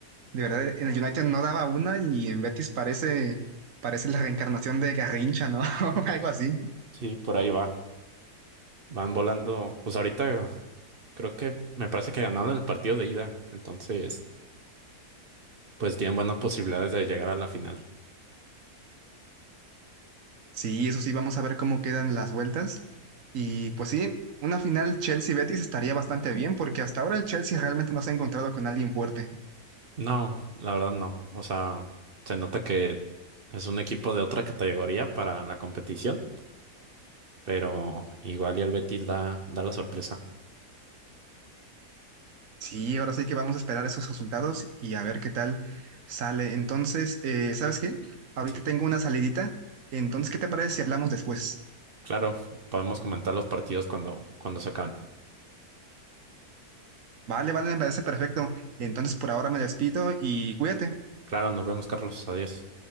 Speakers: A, on the right (about 60°); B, on the right (about 45°).
A: de verdad en el United no daba una y en Betis parece, parece la reencarnación de Garrincha, ¿no? <laughs> O Algo así.
B: Sí, por ahí va. Van volando. Pues ahorita creo que me parece que ganaron el partido de ida. Entonces, pues tienen buenas posibilidades de llegar a la final.
A: Sí, eso sí, vamos a ver cómo quedan las vueltas. Y pues sí, una final Chelsea-Betis estaría bastante bien porque hasta ahora el Chelsea realmente no se ha encontrado con alguien fuerte.
B: No, la verdad no. O sea, se nota que es un equipo de otra categoría para la competición, pero igual y el Betis da, da la sorpresa.
A: Sí, ahora sí que vamos a esperar esos resultados y a ver qué tal sale. Entonces, eh, ¿sabes qué? Ahorita
B: Sí.
A: tengo una salidita. Entonces, ¿qué te parece si hablamos después?
B: Claro, podemos comentar los partidos cuando, cuando se acaben.
A: Vale, vale, me parece perfecto. Entonces por ahora me despido y cuídate.
B: Claro, nos vemos, Carlos. Adiós.